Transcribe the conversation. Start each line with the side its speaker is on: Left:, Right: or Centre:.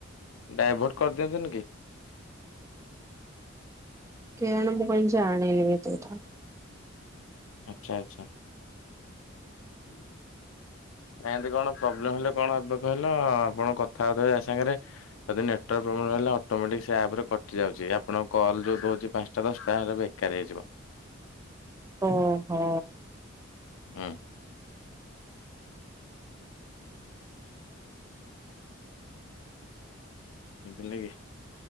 Left: ଡାଇଭର୍ଟ କରିଦିଅନ୍ତିନି କି?
Right: କେଜାଣି ମୁଁ କାଇଁ ଜାଣିନି ଏତେ କଥା।
Left: ଆଚ୍ଛା ଆଚ୍ଛା। ହୁଁ। ଆଁ ଏମିତି କଣ ପ୍ରୋବ୍ଲେମ ହେଲେ କଣ ହବ କହିଲ ଆପଣ କଥା ହବା ସାଙ୍ଗରେ ଯଦି ନେଟୱାର୍କ ପ୍ରୋବ୍ଲେମ୍ ହେଲା ଅଟୋମେଟିକ ସେ ଆପ ରେ କଟି ଯାଉଚି ଆପଣଙ୍କ କଲ୍ ଜୋଉ ଦଉଚି ପାଞ୍ଚଟା ଦଶଟା କାର ହୋଇଯିବ।
Right: ଓ ହୋ।
Left: ହୁଁ। ବୁଝିଲେ କି?